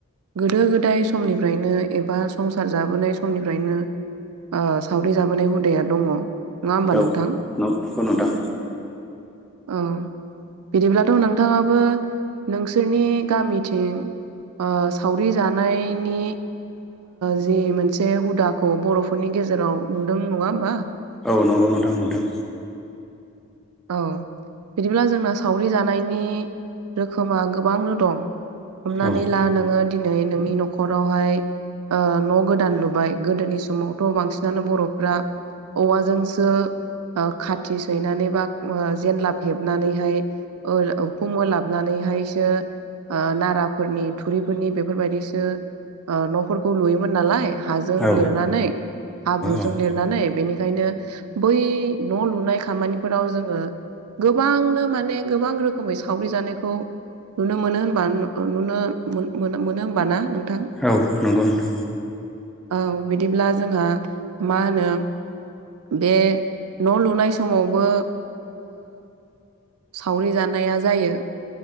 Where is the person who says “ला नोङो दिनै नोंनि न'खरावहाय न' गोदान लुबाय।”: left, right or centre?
Right